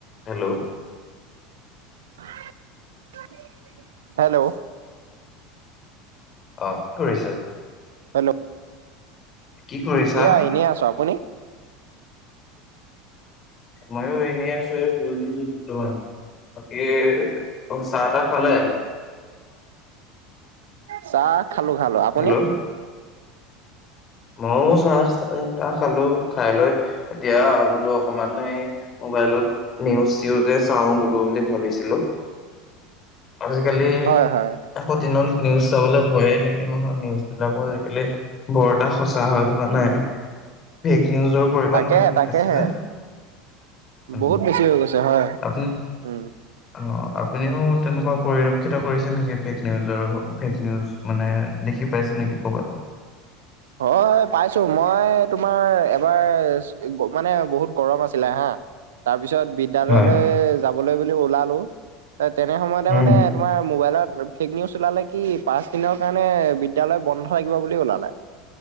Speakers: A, on the left; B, on the right.
A: Hello
B: <unintelligible> hello
A: অ কি কৰিছে?
B: হেল্ল'
A: কি কৰিছা
B: এয়া এনেই আছো, আপুনি?
A: ময়ো এনেই আছোঁ এ শুই উঠিছোঁ বৰ্তমান বাকী ত চাহ টাহ খালে।
B: চাহ খালো খালো আপুনি
A: হেল্ল' মইও চাহ তাহ খালো খাই লৈ এতিয়া বোলো অকমান এই মোবাইলত নিউজ চউজ চাওঁ গলো বুলি ভাবিছিলো আজিকালি
B: হয় হয়
A: আকৌ দিনত নিউজ চাবলৈ ভয়ে লাগে। স নহয় নিউজ বিলাকো আজিকালি বৰ এটা সচা হৈ থকা নাই ফেক নিউজৰ পৰিমণ
B: তাকেহে
A: বৃদ্ধি
B: তাকেহে
A: পাইছে যে উ
B: বহুত বেছি হৈ গৈছে হয়
A: আপুনি
B: উম
A: অ আপুনিও তেনেকুৱা পৰিলক্ষিত কৰিছে নেকি ফেক নিউজৰ ফেক নিউজ মানে দেখি পাইছে নেকি ক'ৰবাত
B: হয় পাইছো মই তোমাৰ এবাৰ মানে বহুত গৰম আছিলে হা তাৰপিছত বিদ্যালয়লৈ
A: হয়,
B: যাবলৈ বুলি ওলালোঁ তেনে সময়তে
A: উম,
B: মানে তোমাৰ মোবাইলত ফেক নিউজ ওলালে কি পাঁচ দিনৰ কাৰণে বিদ্যালয় বন্ধ থাকিব বুলি ওলালে ।